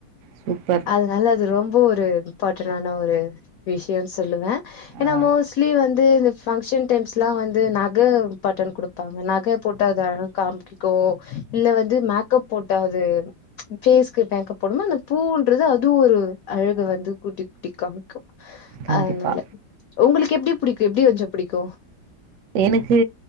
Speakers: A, on the right; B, on the left.
A: சூப்பர்
B: அதனால அது ரொம்ப ஒரு இம்பார்ட்டான ஒரு விஷயன்னு சொல்லுவே ஏன்னா
A: ஆ
B: மோஸ்ட்லி வந்து இந்த பங்க்ஷன் டைம்ஸ்லா வந்து நக இம்பாட்டன் குடு ப்பாங்க நக போட்டாது அழகா காமிக்கு இல்ல வந்து மேக்கப் போட்டா அது ஃபேஸ்க்கு மேக்கப் போட்டோனா அந்த பூவுன்றது அதுவு ஒரு அழகு வந்து கூட்டி கூட்டி காமிக்கு
A: கண்டிப்பா
B: அதனால உங்களுக்கு எப்டி புடிக்கு எப்டி வெச்சா புடிக்கு
A: எனுக்கு